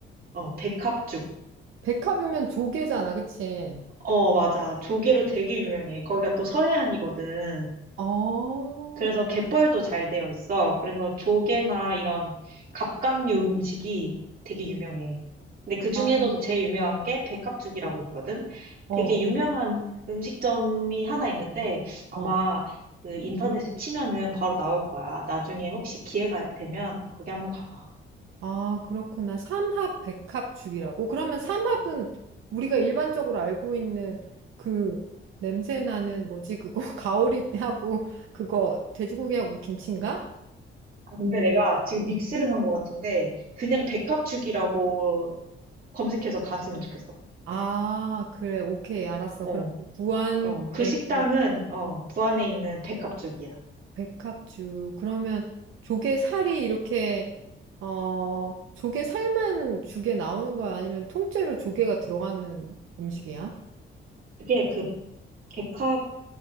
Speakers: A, on the right (about 45°); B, on the right (about 80°).
A: 어, 백합죽.
B: 백합이면 조개잖아, 그치?
A: 어, 맞아. 조개로 되게 유명해. 거기가 또 서해안이거든.
B: 어,
A: 그래서 갯벌도 잘 되어 있어. 그래서 조개나 이런 갑각류 음식이 되게 유명해. 근데 그 중에서도
B: 아,
A: 제일 유명한 게 백합죽이라고 있거든.
B: 어,
A: 되게 유명한 음식점이 하나 있는데 아마
B: 어.
A: 그 인터넷에 치면은 바로 나올 거야. 나중에 혹시 기회가 되면 거기 한번 가봐.
B: 아, 그렇구나. 삼합 백합죽이라고. 그러면 삼합은 우리가 일반적으로 알고 있는 그 냄새 나는 뭐지 그거 <laughs> 가오리하고 그거 돼지고기하고 김치인가?
A: 아, 근데 내가 지금 믹스를 한 것 같은데, 그냥 백합죽이라고 검색해서 갔으면 좋겠어.
B: 아, 그래. 오케이. 알았어.
A: 어.
B: 그럼 부안에
A: 어, 그 식당은,
B: 있는
A: 어, 부안에 있는 백합죽이야.
B: 백합주. 그러면 조개살이 이렇게, 어, 조개살만 죽에 나오는 거야? 아니면 통째로 조개가 들어가는 음식이야?
A: 그게 그 백합,